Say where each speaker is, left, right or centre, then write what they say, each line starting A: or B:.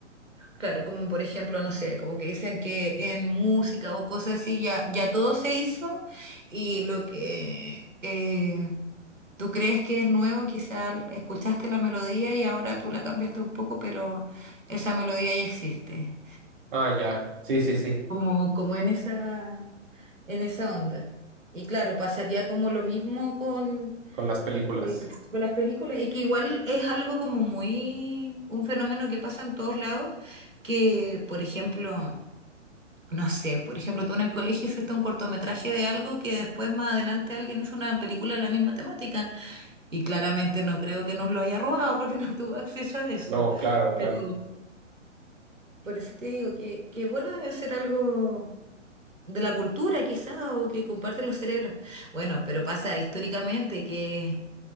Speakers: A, on the right; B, on the right.
A: Claro, como por ejemplo, no sé, como que dicen que en música o cosas así ya, ya todo se hizo y lo que eh, tú crees que es nuevo, quizás escuchaste la melodía y ahora tú la cambiaste un poco, pero esa melodía ya existe.
B: Ah, ya. Sí, sí, sí.
A: como, como en esa, en esa onda. Y claro, pasaría como lo mismo con,
B: Con las películas.
A: Sí. con las películas, y que igual es algo como muy, un fenómeno que pasa en todos lados, que por ejemplo, no sé, por ejemplo, tú en el colegio hiciste un cortometraje de algo que después más adelante alguien hizo una película de la misma temática, y claramente no creo que nos lo haya robado porque <laughs> no tuvo acceso a eso,
B: No, claro, claro.
A: pero por eso te digo que, que bueno debe ser algo de la cultura quizás o que comparten los cerebros. Bueno, pero pasa históricamente que